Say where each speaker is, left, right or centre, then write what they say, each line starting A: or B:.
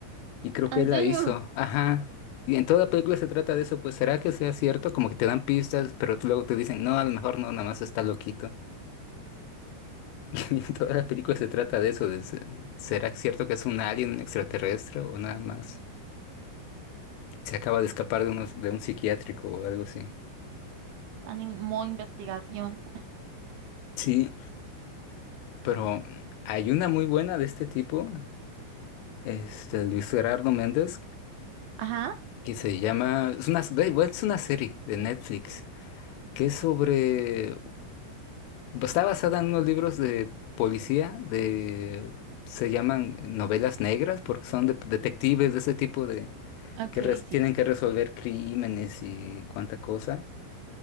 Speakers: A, on the left; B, on the right.
A: Y creo que
B: ¿En
A: él
B: serio?
A: la hizo. Ajá. Y en toda película se trata de eso, pues ¿será que sea cierto? Como que te dan pistas, pero tú luego te dicen, no, a lo mejor no, nada más está loquito. <laughs> Y toda la película se trata de eso, de, se- ¿será cierto que es un alien, un extraterrestre o nada más? Se acaba de escapar de, unos, de un psiquiátrico o algo así.
B: Están en modo investigación.
A: Sí, pero hay una muy buena de este tipo, este Luis Gerardo Méndez,
B: Ajá,
A: que se llama, es una, da igual, es una serie de Netflix que es sobre Está basada en unos libros de policía, de se llaman novelas negras, porque son de- detectives de ese tipo de
B: ok,
A: que res-
B: sí.
A: tienen que resolver crímenes y cuánta cosa.